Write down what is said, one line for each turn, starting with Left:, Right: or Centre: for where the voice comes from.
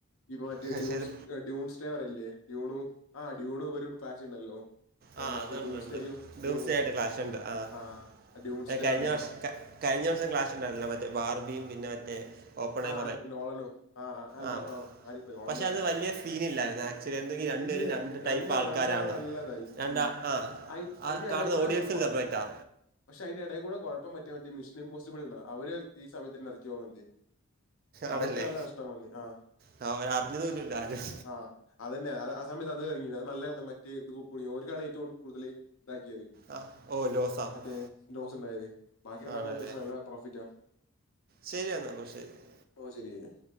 Left: ഇപ്പ മറ്റേ
Right: പക്ഷേ
Left: ഡ്യൂസ്
Right: ഇത്
Left: ഡ്യൂൺസ്റ്റെവറ അല്ലേ ഡ്യൂണു ആഹ് <unintelligible> ഉണ്ടല്ലോ ഏ
Right: ആഹ്
Left: മറ്റേ
Right: അത്ണ്ട്
Left: ഡൂംസ്
Right: ഉണ്ട്
Left: ഡേയും ഡ്യൂണും
Right: ദിവസായിട്ട് ക്ലാഷുണ്ട് ആഹ്
Left: ആ ഡ്യൂൺസ് ഡേ
Right: കഴിഞ്ഞ
Left: പറയുന്നുണ്ട്
Right: വർഷം ഒക്കെ കഴിഞ്ഞ വർഷം ക്ലാസ് ഉണ്ടായിരുന്നില്ലേ മറ്റേ ബാർബിയും പിന്നെ മറ്റേ ഓപ്പൺ
Left: ആ
Right: <unintelligible>
Left: നോളനോ ആ ആ, അല്ല
Right: ആഹ്
Left: നോ- ആ, മാറിപ്പോയി നോളൻ
Right: പക്ഷെ
Left: തന്നെ
Right: അത് വലിയ സീനല്ലായിരുന്നു <unintelligible> രണ്ടുപേരും
Left: ഇല്ല
Right: രണ്ട്
Left: രണ്ടാ
Right: ടൈപ്പ് ആൾക്കാരാണ്
Left: രണ്ടാള് നല്ലതായി
Right: <unintelligible> ആഹ്
Left: ഉം അയി അയിന്റെ
Right: ആഹ് കാണുന്ന
Left: എടേ കൂടെ
Right: ഓഡിയൻസി
Left: കൊ
Right: <unintelligible>
Left: പക്ഷെ അതിന്റെ ഇടെകൂടെ കുഴപ്പം പറ്റി മറ്റോ മിഷൻ ഇമ്പോസിബിൾ ആണ് അവര് ഈ സയത്ത് നിറക്കു പോവാ മതി
Right: ആണല്ലേ
Left: അവർക്ക് നല്ല നഷ്ടം വന്നി ആഹ്
Right: ആ, അവരറിഞ്ഞതുപോലും ഇല്ല ആരും
Left: ആഹ് അതന്നെ അത് ആഹ് സമയത്ത് അത് ഇറങ്ങി അത് നല്ല മറ്റേ ഓർക്കാണ് ഏറ്റവും കൂടുതൽ ഇതാക്കിയത്
Right: ആ ഓ ലോസാ
Left: മറ്റേ ലോസ് ഉണ്ടായത് ബാക്കിണ്ടാക്ക
Right: ആണല്ലേ
Left: അത്യാവശ്യം നല്ല പ്രോഫിറ്റാ <inaudible>
Right: ശരി എന്നാൽ <unintelligible>
Left: ഓ ശരി എന്നാൽ